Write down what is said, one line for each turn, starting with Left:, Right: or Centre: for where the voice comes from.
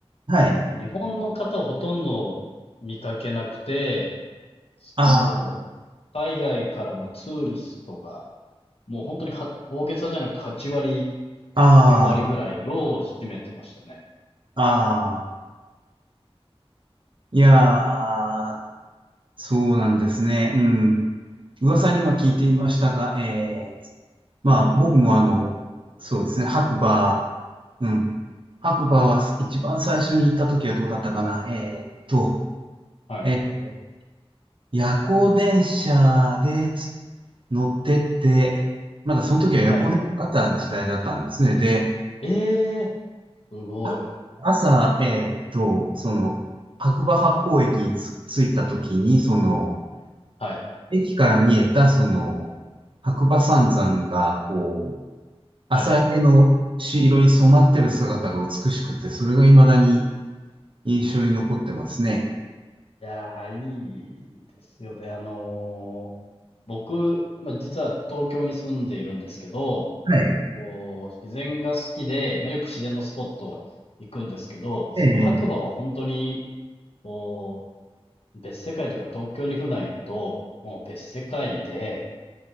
Right: あ、はい。
Left: もう日本の方をほとんど見かけなくて、
Right: あ
Left: もう、海外からのツーリストが、もう本当には、大げさじゃなくて8割、
Right: あ、
Left: 9割ぐらいを占めてましたね。
Right: ああ、ああ。いやー、そうなんですね。うん。噂には聞いていましたが、ええ。まあ、僕もあの、そうですね、白馬、うん。白馬は一番最初に行った時はどうだったかなえーっと、
Left: はい。
Right: ええ夜行電車でつ乗ってって、まだその時は夜行電車があった時代だったんですね。
Left: はい。
Right: で、
Left: ええすごい。
Right: あ朝、えっと、その、白馬八方駅につ着いた時に、その、
Left: はい。
Right: 駅から見えた、その、白馬三山が、こう、朝焼けの色に染まってる姿が美しくて、
Left: はい。
Right: それが未だに印象に残ってますね。
Left: いやー、いいですよね。あのー僕、まあ、実は東京に住んでいるんですけど、
Right: はい。
Left: こう、自然が好きで、まあ、よく自然のスポット行くんですけど、で、
Right: ええ、
Left: その白馬は本当に、こう、別世界というか東京に普段いると、もう別世界で、